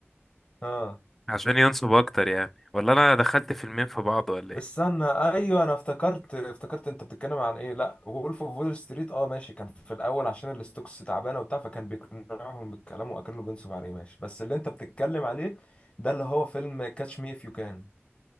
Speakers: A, on the left; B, in the centre.
A: اه
B: عشان ينصب اكتر يعني ولا انا دخلت فيلمين في بعض ولا ايه
A: استنى ايوه انا افتكرت افتكرت انت بتتكلم عن ايه لا وولف اوف وول ستريت اه ماشي كان في الاول عشان الستوكس تعبانه وبتاع فكان بيقنعهم بالكلام وكانه بينصب عليه ماشي بس اللي انت بتتكلم عليه ده اللي هو فيلم كاتش مي اف يو كان